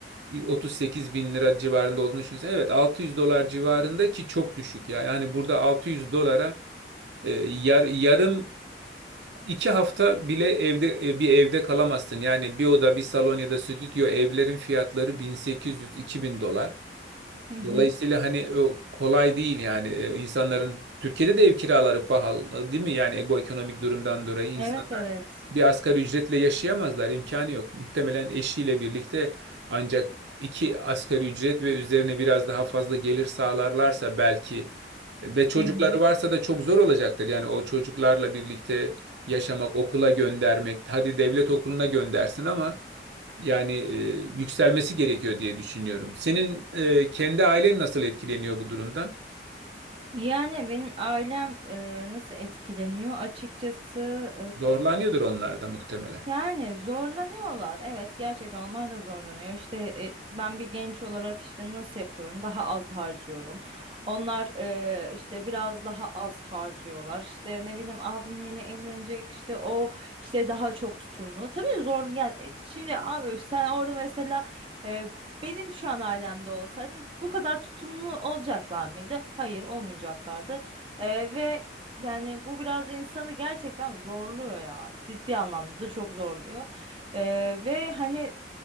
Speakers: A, on the right; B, on the right.
A: 38 bin lira civarında olduğunu düşünsen. Evet 600 dolar civarında ki çok düşük ya. Yani burada 600 dolara e, yar- yarım İki hafta bile evde e, bir evde kalamazsın. Yani bir oda, bir salon ya da stüdyo evlerin fiyatları 1800-2000 dolar.
B: Hı hı.
A: Dolayısıyla hani o kolay değil yani E, insanların Türkiye'de de ev kiraları pahalı değil mi? Yani bu ekonomik durumdan dolayı
B: Evet evet.
A: bir asgari ücretle yaşayamazlar. imkanı yok. Muhtemelen eşiyle birlikte ancak iki asgari ücret ve üzerine biraz daha fazla gelir sağlarlarsa belki ve çocukları
B: Hı hı.
A: varsa da çok zor olacaktır. Yani o çocuklarla birlikte yaşamak, okula göndermek, hadi devlet okuluna göndersin ama yani e, yükselmesi gerekiyor diye düşünüyorum. Senin e, kendi ailen nasıl etkileniyor bu durumdan?
B: Yani benim ailem e, nasıl etkileniyor? Açıkçası
A: Zorlanıyordur onlar da muhtemelen.
B: Yani zorlanıyorlar. Evet gerçekten onlar da zorlanıyor. İşte e, ben bir genç olarak işte nasıl yapıyorum? Daha az harcıyorum. Onlar e, işte biraz daha az harcıyorlar. İşte ne bileyim abim yeni evlenecek. İşte o işte daha çok tutumlu. Tabii zor yani e, şimdi abi sen orada mesela e, benim şu an ailemde olsaydın bu kadar tutumlu olacaklar mıydı? Hayır olmayacaklardı. E, ve yani bu biraz insanı gerçekten zorluyor ya. Ciddi anlamda da çok zorluyor. Ee, ve hani